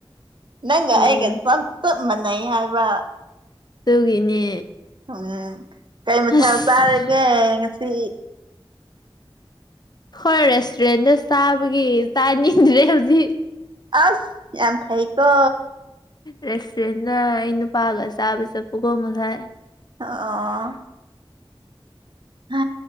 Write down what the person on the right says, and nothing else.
ꯅꯪꯒ
ꯑꯩꯒ ꯁꯞ ꯆꯞ ꯃꯅꯩ ꯍꯥꯏꯕ
ꯎꯝ ꯀꯩ ꯃꯊꯦꯜ
ꯆꯥꯔꯒꯦ ꯉꯁꯤ
ꯑꯁ ꯌꯥꯝ ꯐꯩꯀꯣ
ꯑ ꯍ